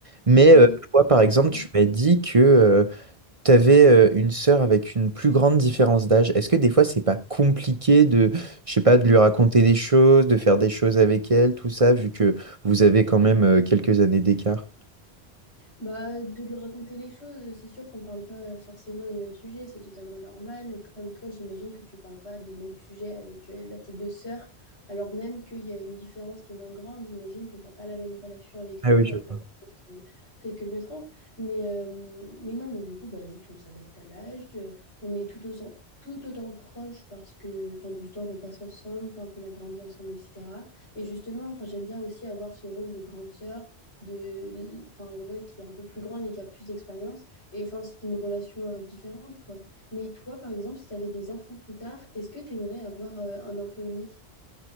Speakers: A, on the right (about 35°); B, on the left (about 85°).
A: Mais
B: Mais,
A: euh, toi, par exemple,
B: mais
A: tu m'as dit que euh, tu avais une sœur avec une plus grande différence d'âge. Est-ce que des fois, c'est pas compliqué de, je sais pas, de lui raconter des choses, de faire des choses avec elle, tout ça, vu que vous avez quand même euh, quelques années d'écart?
B: Bah, de lui raconter les choses, c'est sûr qu'on parle pas forcément des mêmes sujets, c'est totalement normal. Comme toi, j'imagine que tu parles pas des mêmes sujets avec euh, bah, tes deux sœurs, alors même qu'il y a une différence qui est moins grande, j'imagine que t'as pas la même relation avec
A: Ah
B: les deux.
A: oui, je
B: Après,
A: vois.
B: peut-être que, peut-être que je me trompe, mais, euh, mais non, mais du coup, bah, juste on s'adapte à l'âge, euh, on est tout autant, tout autant proche parce que, enfin, du temps qu'on passe ensemble, enfin, qu'on a grandi ensemble, etc. Et justement, enfin, j'aime bien aussi avoir ce rôle de grande sœur de, enfin, ouais, qui est un peu plus grande et qui a plus d'expérience. Et enfin, c'est une relation euh, différente, quoi. Mais toi, par exemple, si tu avais des enfants plus tard, est-ce que tu aimerais avoir euh, un enfant unique?